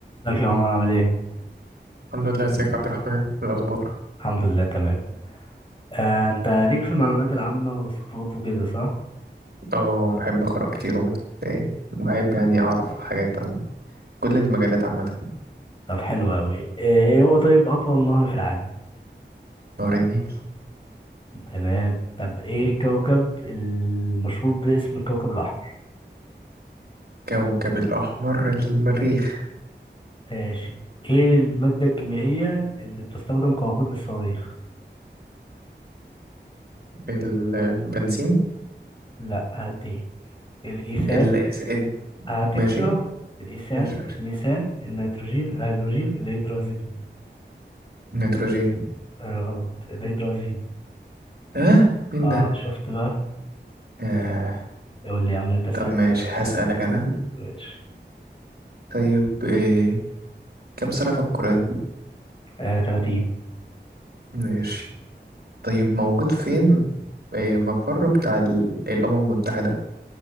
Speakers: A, on the left (about 25°); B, on the right (about 60°).
A: ازيك يا عمر عامل ايه؟
B: الحمد لله ازيك يا عبد الرحمن إيه الاخبار
A: الحمد لله تمام آه، انت ليك في المعلومات العامة والثقافات وكده صح؟
B: اه بحب اقرا كتير ومت- إيه، وبحب يعني اعرف حاجات عن كل المجالات عامه
A: طب حلو اوي آه، ايه هو طيب اطول نهر في العالم؟
B: نهر النيل
A: تمام طب ايه الكوكب المشهور باسم الكوكب الاحمر؟
B: كوكب الاحمر المريخ
A: ماشي ايه المادة الكيميائية اللي بتستخدم كوقود للصواريخ؟
B: البنزين
A: لا هديك الايثان
B: ال ال-
A: هدي
B: ماشي
A: اختيارات الايثان
B: ماشي ماشي
A: الميثان النيتروجين الهيدروجين الهيدرازين
B: النيتروجين
A: آه غلط الهيدرازين
B: اه مين
A: اه
B: ده
A: شفت بقى
B: آه.
A: يقول لي يا عم انت اسألني
B: طب ماشي
A: انت بقى
B: هسألك انا
A: ماشي
B: طيب إيه. كم سورة في القرآن
A: آه 30
B: ماشي طيب موجود فين إيه، مقر بتاع ال- الأمم المتحدة